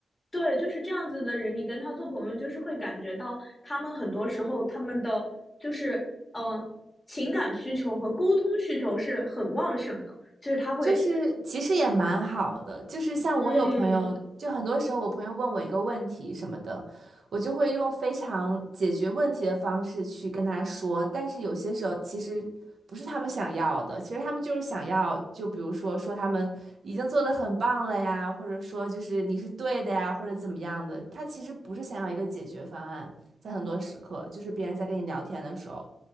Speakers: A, on the left; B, on the right.
A: 对，就是这样子的人，你跟他做朋友，就是会感觉到他们很多时候他们的就是嗯、呃、情感需求和沟通需求是很旺盛的，就是他会
B: 就是其实也蛮好的，就是像我有朋友，
A: 嗯
B: 就很多时候我朋友问我一个问题什么的，我就会用非常解决问题的方式去跟他说，但是有些时候其实不是他们想要的，其实他们就是想要，就比如说说他们已经做得很棒了呀，或者说就是你是对的呀，或者怎么样的，他其实不是想要一个解决方案，在很多时刻，就是别人在跟你聊天的时候。